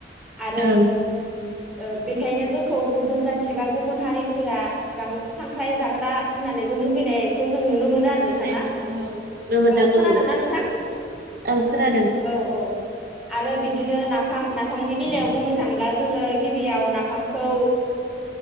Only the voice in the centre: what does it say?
आरो
ओ बेखायनो जोंखौ गुबुन जाथि बा गुबुन हारिफोरा गां खांख्राइ जाग्रा होननानैबो मुगैनाय खौ जों नुनो मोनो आरो नोंथां
ना
औ खोनादोंना
नोंथां
औ औ आरो बिदिनो नाफाम नाफामनि बेलायाव बुंनो थांब्ला जोङो गिबियाव नाफामखौ